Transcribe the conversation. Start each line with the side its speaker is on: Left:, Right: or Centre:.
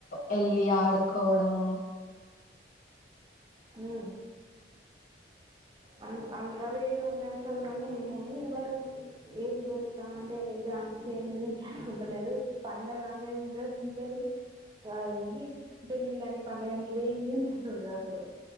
Left: వెళ్ళ అీ ఆడుకోవడము
Right: హ అంత అంతే ఉండేసలు కానీ వరకు ఏది పెరుగుత అంటే ఎనిమింట దు పంట కా ఇంట్రెస్ట్ ఉ అదేంటి పెళ్ళిళ్ళు కాని పండగని ఇదేందింటండ అసలు